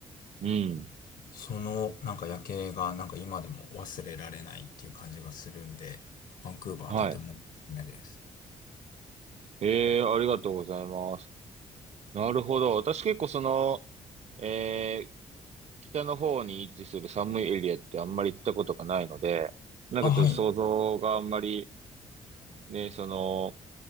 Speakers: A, on the right (about 40°); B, on the left (about 55°).
A: うん、
B: そのなんか夜景がなんか今でも忘れられないっていう感じがするんで、バンクーバーとてもおすすめです。
A: はい。ええ、ありがとうございます。なるほど。私結構その、ええ北の方に位置する寒いエリアってあんまり行ったことがないので、なんかちょっと想像があんまり、
B: あ、はい。
A: ね、その、